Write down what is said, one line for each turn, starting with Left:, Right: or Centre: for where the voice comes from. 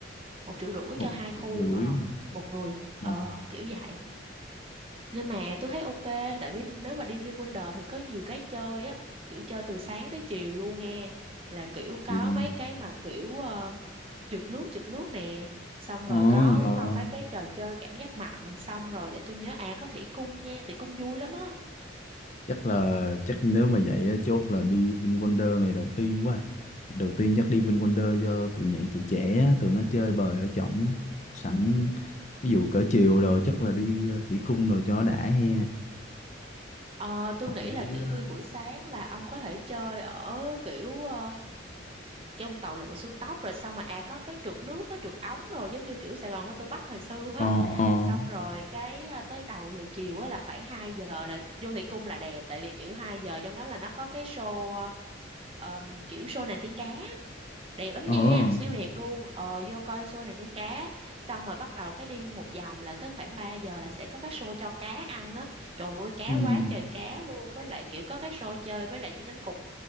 Right: một triệu rưỡi
Left: một
Right: cho hai khu
Left: triệu rưỡi
Right: ờ một người
Left: ồ
Right: ờ kiểu vậy nhưng mà tôi thấy ok tại vì nếu mà đi VinWonder thì có nhiều cái chơi á kiểu chơi từ sáng tới chiều luôn nghe là kiểu có
Left: vậy
Right: mấy cái mà kiểu ờ, trượt nước trượt nước nè xong
Left: ờ
Right: rồi có
Left: ngon
Right: mà mấy cái trò chơi cảm giác mạnh xong rồi để tôi nhớ à có thủy cung nha thủy cung vui lắm á
Left: chắc là chắc nếu mà vậy á, chốt là đi VinWonder ngày đầu tiên quá ngày đầu tiên chắc đi VinWonder cho tụi nhảy tụi trẻ á, tụi nó chơi bời ở trỏng sẵn ví dụ cỡ chiều rồi chắc là đi ờ, thủy cung rồi cho nó đã he
Right: Ờ, tôi
Left: hợp
Right: nghĩ
Left: lý
Right: là kiểu
Left: đó.
Right: nguyên buổi sáng là ông có thể chơi ở kiểu ờ, trong tàu lượn siêu tốc rồi xong mà à có cái trượt nước cái trượt ống rồi giống như kiểu Sài Gòn của tôi Bắc hồi xưa á
Left: ờ
Right: xong rồi cái à, tới đầu giờ chiều á là khoảng 2 giờ là vô thị cung là đẹp tại vì kiểu 2 giờ trong đó là nó có cái show ờ, kiểu show nàng tiên cá đẹp lắm
Left: ờ
Right: nha
Left: ờ
Right: siêu đẹp luôn ờ vô coi show nàng tiên cá xong rồi bắt đầu cái đi một vòng là tới khoảng 3 giờ là sẽ có cái show cho cá ăn á trời ơi cá
Left: ừ.
Right: quá trời cá luôn với lại kiểu có cái show chơi với lại chiên cánh cụt